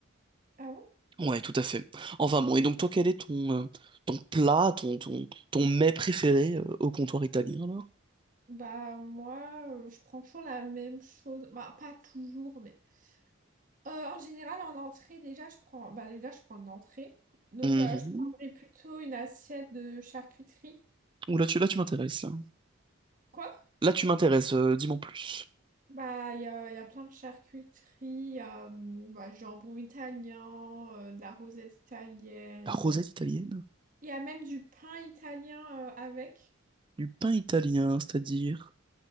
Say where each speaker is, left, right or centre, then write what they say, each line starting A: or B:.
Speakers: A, on the right; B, on the right.
A: Ah bon?
B: Ouais, tout à fait. Enfin bon, et donc toi, quel est ton, euh, ton plat, ton, ton, ton mets préféré euh, au comptoir italien alors?
A: Bah moi, euh, je prends toujours la même chose. Bah pas toujours, mais euh, en général en entrée déjà je prends. Bah déjà je prends une entrée. Donc
B: Mhm.
A: euh, je prendrais plutôt une assiette de charcuterie.
B: Ouh, là tu, là, tu m'intéresses. Là,
A: Quoi?
B: Là, tu m'intéresses, euh, dis-moi en plus.
A: Bah, il y a, il y a plein de charcuteries, euh, bah, jambon italien, euh, de la rosette italienne.
B: La rosette italienne?
A: Il y a même du pain italien euh, avec.
B: Du pain italien, c'est-à-dire?